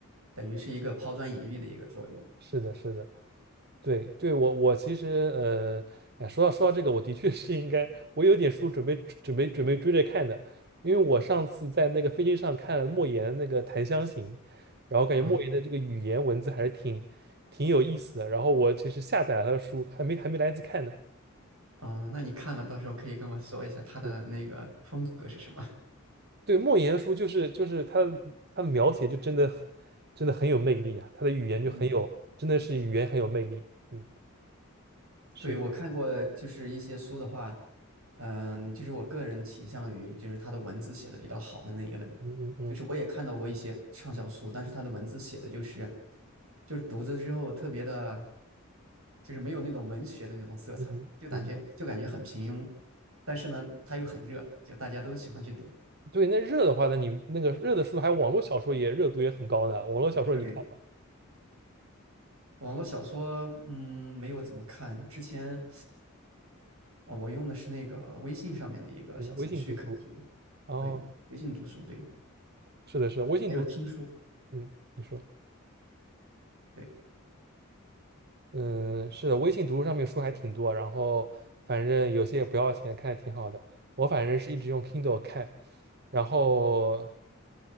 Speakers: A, on the right; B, on the right.
A: 等于是一个抛砖引玉的一个作用。
B: 是的，是的。对对，我我其实呃，哎，说到说到这个，我的确是应该，我有点书准备准备准备追着看的，因为我上次在那个飞机上看了莫言那个《檀香刑》，然后感觉莫言的这个语言文字还是挺挺有意思的，
A: 嗯，
B: 然后我其实下载了他的书，还没还没来得及看呢。
A: 嗯，那你看了，到时候可以跟我说一下他的那个风格是什么？
B: 对对，莫言的书就是就是他的他的描写就真的很真的很有魅力啊，他的语言就很有，
A: 嗯，
B: 真的是语言很有魅力。嗯，是的
A: 对，我看过，就是一些书的话，嗯，就是我个人倾向于就是他的文字写的比较好的那一类，
B: 嗯嗯嗯
A: 就是我也看到过一些畅销书，但是他的文字写的就是，就是读着之后特别的，就是没有那种文学的那种色彩，
B: 嗯嗯。
A: 就感觉就感觉很平庸，
B: 嗯
A: 但是呢，他又很热，就大家都喜欢去读。
B: 对，那热的话，那你那个热的书，还有网络小说也热度也很高呢。网络小说你看吗？
A: 对，网络小说，嗯，没有怎么看。之前哦，我用的是那个微信上面的一个小程序看书的，
B: 嗯，微信读书。哦，
A: 对，微信读书，对，
B: 是的，是的，微信读书。
A: 还有听书，
B: 嗯，你说，
A: 对，
B: 嗯，是的，微信读书上面书还挺多，然后反正有些也不要钱，看着挺好的。我反正是一直用 Kindle 看，然后